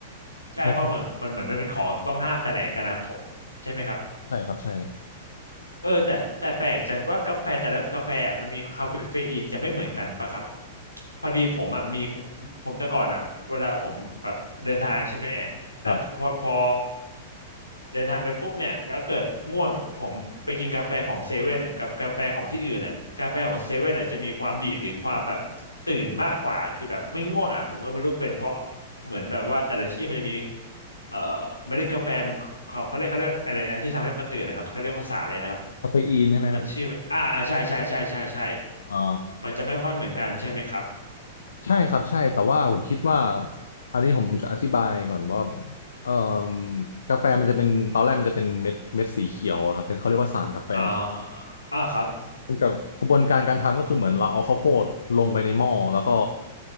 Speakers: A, on the left; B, on the left.
A: ใช่เพราะเหมือนมันเหมือนมันเป็นของต้องห้ามแสลงกันนะครับผมใช่ไหมครับ
B: อ๋อใช่ครับใช่
A: เออแต่แต่แปลกจังว่ากาแฟแต่ละกาแฟอะมันมีคาเฟอีนจะไม่เหมือนกันปะครับพอดีผมอ่ะมีผมแต่ก่อนอ่ะเวลาผมแบบเดินทางใช่ไหมแล้วพอพอ
B: ครับ
A: เดินทางไปปุ๊บเนี่ยแล้วเกิดง่วงผมไปกินกาแฟของเซเว่นกับกาแฟของที่อื่นอ่ะกาแฟของเซเว่นอ่ะจะมีความดีดหรือความแบบตื่นมากกว่าคือแบบไม่ง่วงอ่ะผมก็ไม่รู้เป็นเพราะเหมือนแบบว่าแต่ละที่มันจะมี เอ่อเมล็ดกาแฟมันเขาเขาเรียกเขาเรียกอะไรนะที่ทำให้มันตื่นนะครับเขาเรียกว่าสารอะไรนะครับ
B: คาเฟอีนใช่ไหมฮะ
A: จำชื่อไม่อ่าใช่ใช่ใช่ใช่ใช่
B: อ๋อ
A: มันจะไม่ค่อยเหมือนกันใช่ไหมครับ
B: ใช่ครับใช่แต่ว่าผมคิดว่าอันนี้ผมจะอธิบายก่อนว่าเอ่มกาแฟมันจะเป็นตอนแรกมันจะเป็นเม็ดเม็ดสีเขียวอะครับเป็นเขาเรียกว่าสารกาแฟ
A: อ่าอ่าครับ
B: มันกับกระบวนการการทำก็คือเหมือนเราเอาข้าวโพดลงไปในหม้อแล้วก็